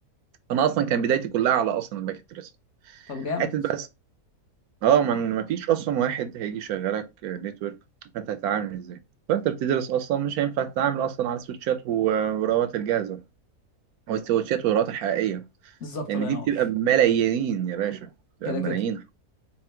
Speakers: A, on the right; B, on the left.
A: انا اصلا كان بدايتي كلها على اصلا الباكت تريس
B: طب جامد
A: حته بقى اه من ما فيش اصلا واحد هيجي يشغلك نتورك فانت هتتعامل ازاي فانت بتدرس اصلا مش هينفع تتعامل اصلا على سويتشات و- وراوات الجاهزه او سويتشات وراوات حقيقيه
B: بالظبط
A: لان
B: الله
A: دي
B: ينور
A: بتبقى بملايين يا باشا بتبقى
B: كده
A: بملايين
B: كده